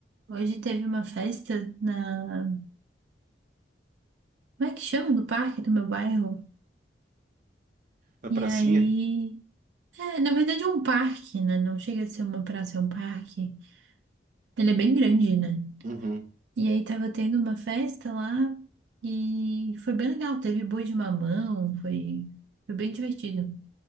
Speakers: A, on the right; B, on the right.
A: Hoje teve uma festa na, como é que chama? No parque do meu bairro.
B: Na pracinha?
A: E aí, é, na verdade é um parque, né? Não chega a ser uma praça, é um parque. Ele é bem grande, né?
B: Uhum.
A: E aí tava tendo uma festa lá e foi bem legal. Teve boi de mamão, foi, foi bem divertido.